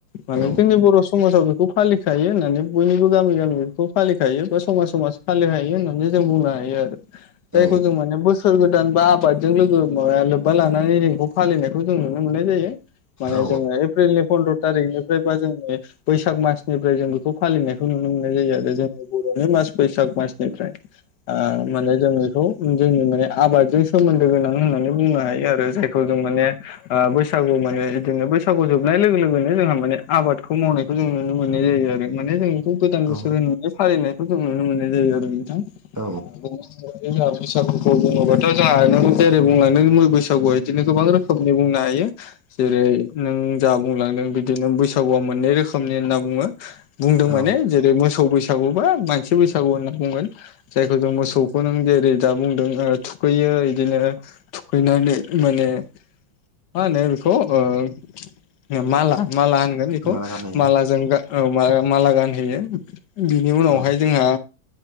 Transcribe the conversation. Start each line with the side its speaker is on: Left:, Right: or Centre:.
Left: माने
Right: औ
Left: जोंनि बर' समाजाव बे बैसागु फोरबोखौ फालियो। बेखौ फालिखायो होननानै बयनिबो गामि गामिखौ फालिखायो बा समाज समाज फालिखायो होननानै जों बुंनो हायो आरो नंगौ थारैनो
Right: औ
Left: सैथो। जायखौ मान बोस - -सोर गोदान बा आबादजों लोगो माबाया लोब्बा लानानै <unintelligible> फालिनायखौ जों नुनो मोननाय जायो। माने
Right: औ
Left: जोङो एप्रिलनि फन्द्र' थारिखनिफ्रायबा जोंनि बैसाग मासनि‌ जिबा साननिफ्राय फालिनाय जायो। मासनिफ्राय जों बेखौ फालिनायखौ नुनो मोननाय जायो आरो जोंनि बर'नि मास बैसाग मासनिफ्राय औ नंगौ सैथो। आ माने जोङो बयबो रंजालाइयो बैसागुआव। जों म आबादजों सोमोनदो गोनां होननानै बुंनो हायो आरो जायखौ जों माने बैसाग दाननिफ्राय गायनाय फुनाय खामानि फोरखौ मावो। बैसागु माने बिदिनो बैसागु जोबनाय लोगो लोगोनो जोंहा माने आबादखौ मावनायखौ जों नुनो मोनो। नुनो मोननाय जायो आरो माने जों बेखौ गोदान बोसोर
Right: औ
Left: होननानै फालिनायखौ जों नुनो मोननाय जायो आरो नोंथां
Right: औ
Left: नंगौ सैथो नोंथां। आ <unintelligible> जोंहा बैसागुखौ बुङोबाथ' जोंहा नों जेरै बुंलांदों बैसागुआ बिदिनो गोबां रोखोमनि बुंनो हायो। जेरै नों जा बुंलांदों बिदिनो बैसागुआ मोननै रोखोमनि होनना बुङो बुंदों
Right: औ
Left: माने जेरै-मोसौ बैसागु बा मानसि बैसागु होनना बुंगोन जायखौ जों मोसौखौ नों जेरै दा बुंदों ओ थु खैयो इदिनो थुखैनानै माने मा होनो बेखौ ओ माला माला होनगोन बेखौ
Right: माला गानहोयो
Left: मालाजों औ माला गानहैयो। बिनि उनावहाय
Right: औ
Left: जोंहा